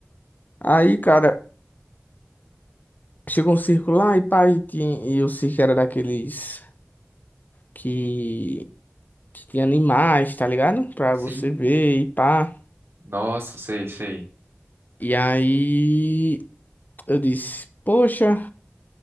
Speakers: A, on the left (about 45°); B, on the right (about 70°).
A: Aí, cara. Chegou um circo lá e pá, e, tinha- e o circo era daqueles que, que tinha animais, tá ligado? Pra
B: Sim.
A: você ver e pá.
B: Nossa, sei, sei.
A: E aí eu disse, poxa,